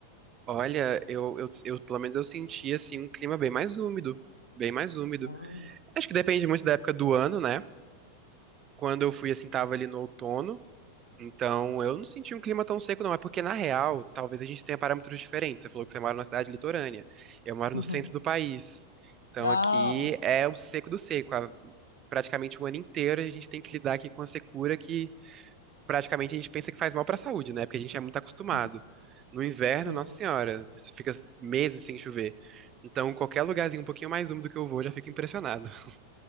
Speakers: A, on the right (about 30°); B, on the left (about 75°).
A: Olha, eu, eu, eu pelo menos eu senti assim um clima bem mais úmido, bem mais úmido.
B: Ah.
A: Acho que depende muito da época do ano, né? Quando eu fui assim tava ali no outono, então eu não senti um clima tão seco não, é porque na real, talvez a gente tenha parâmetros diferentes. Você falou que você mora numa cidade litorânea, eu moro
B: Uhum.
A: no centro do país. Então
B: Ah,
A: aqui é o seco do seco, a- praticamente o ano inteiro a gente tem que lidar aqui com a secura que praticamente a gente pensa que faz mal pra saúde, né? Porque a gente é muito acostumado.
B: uhum.
A: No inverno,
B: sim.
A: nossa senhora, você fica meses sem chover. Então, qualquer lugarzinho um pouquinho mais úmido que eu vou, eu já fico impressionado. <laughs>